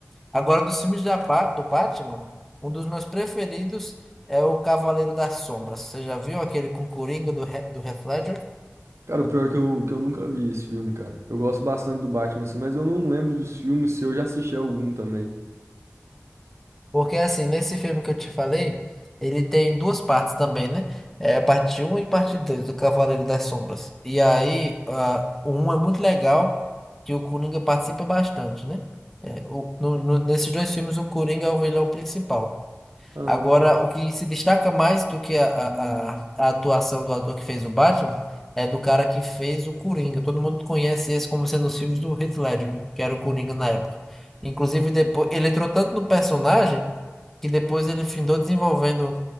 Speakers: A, in the centre; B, on the right.
A: Agora, dos filmes da, Ba- do Batman, um dos meus preferidos é o Cavaleiro das Sombras. Você já viu aquele com o Coringa do, He- do Heath Ledger?
B: Cara, o pior é que eu, que eu nunca vi esse filme, cara. Eu gosto bastante do Batman, assim, mas eu não lembro dos filmes se eu já assisti algum também.
A: Porque, assim, nesse filme que eu te falei, ele tem duas partes também, né? É a parte um e parte 2 do Cavaleiro das Sombras. E aí, ah, o 1 é muito legal. que o Coringa participa bastante, né? É, o- no- no- nesses dois filmes, o Coringa é o vilão principal.
B: Ah.
A: Agora, o que se destaca mais do que a, a, a- a atuação do ator que fez o Batman é do cara que fez o Coringa. Todo mundo conhece esse como sendo os filmes do Heath Ledger, que era o Coringa na época. Inclusive, depois ele entrou tanto no personagem que depois ele findou desenvolvendo